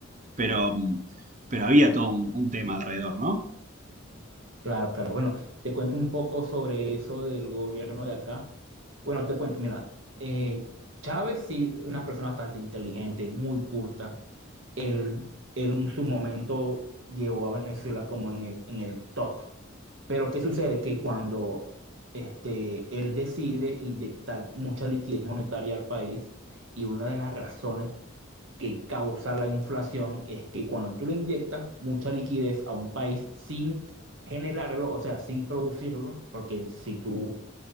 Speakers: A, on the right; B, on the right.
A: pero, pero había todo un, un tema alrededor, ¿no?
B: Claro, claro. Bueno, te cuento un poco sobre eso del gobierno de acá. Bueno, te cuento, mira, eh, Chávez sí, es una persona bastante inteligente, muy culta. Él, él en su momento llevó a Venezuela como en el, en el top. Pero ¿qué sucede? Que cuando este, él decide inyectar mucha liquidez monetaria al país, y una de las razones que causa la inflación es que cuando tú le inyectas mucha liquidez a un país sin generarlo, o sea, sin producirlo, porque si tú